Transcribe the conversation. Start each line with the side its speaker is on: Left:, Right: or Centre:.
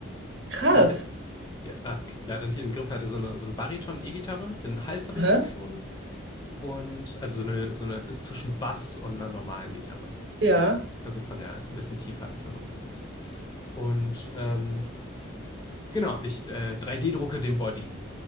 Left: <clears throat>
Right: Krass.
Left: ich habe hier, ah, okay, leider nicht in den Griff hatte, so eine, so eine Bariton-E-Gitarre. Den Hals habe
Right: Aha.
Left: ich auch schon und also so eine, so eine ist zwischen Bass und einer normalen Gitarre.
Right: Ja.
Left: Also von der ist ein bisschen tiefer als eine normale Gitarre. Und ähm, genau, ich äh, 3D-drucke den Body.